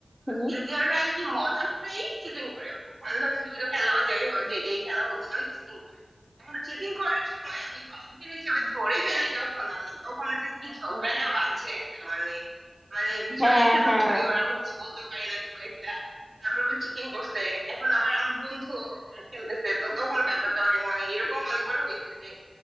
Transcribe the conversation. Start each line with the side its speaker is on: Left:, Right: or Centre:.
Centre: হুম
Right: সিনিয়ররা আর কি মজা করেই চিটিং করে মানে ধরো লুডো খেলা বা যাই হোক যেটাই খেলা হোক অনেক চিটিং করে এখন চিটিং করার সময় আমি volunteer হিসেবে ধরে ফেলি যখন আল্লাহ তখন যে কি ঝগড়াটা বাজছে একটা মানে মানে ভীষণ-
Centre: হ্যাঁ
Right: একে তো
Centre: হ্যাঁ
Right: জুনিয়র আমি কিছু বলতেও পারি না খুব একটা তারপর চিটিং করছে এখন আবার আমার বন্ধু খেলতেছে তো তখন ব্যাপারটা অনেক মানে এরকম অনেকবার হয়েছে যে